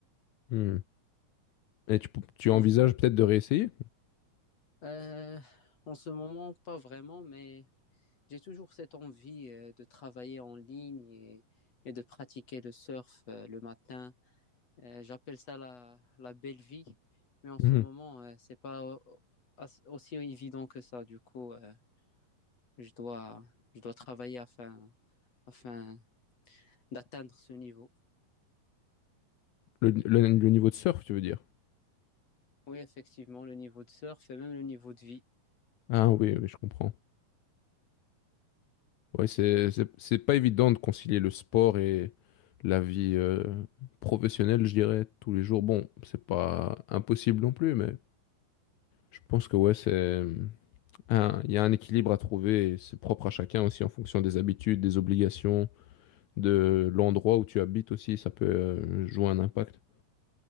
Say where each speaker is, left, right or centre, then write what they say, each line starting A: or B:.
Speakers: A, on the left; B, on the left.
A: Hmm. Et tu, tu
B: Trouve-
A: envisages peut-être de réessayer?
B: Euh, en ce moment, pas vraiment, mais j'ai toujours cette envie euh, de travailler en ligne et, et de pratiquer le surf euh, le matin. Euh, j'appelle ça la, la belle vie, mais en ce
A: Mhm.
B: moment, euh, c'est pas au- as- aussi évident que ça. Du coup, euh, je dois, je dois travailler afin, afin d'atteindre ce niveau.
A: Le, le- le niveau de surf, tu veux dire?
B: Oui, effectivement, le niveau de surf et même le niveau de vie.
A: Ah oui, oui, je comprends. Ouais, c'est, c'est, c'est pas évident de concilier le sport et la vie euh, professionnelle, je dirais, tous les jours. Bon, c'est pas impossible non plus, mais je pense que ouais, c'est un, il y a un équilibre à trouver et c'est propre à chacun aussi en fonction des habitudes, des obligations, de l'endroit où tu habites aussi, ça peut euh, jouer un impact.